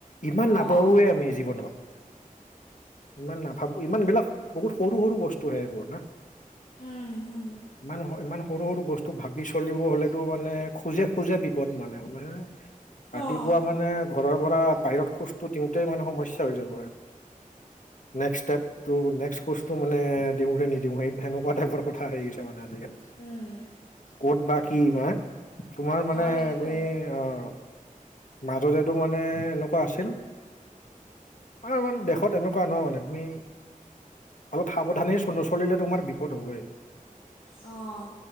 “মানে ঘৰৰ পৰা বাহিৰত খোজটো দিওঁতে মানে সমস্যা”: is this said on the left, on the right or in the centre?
Left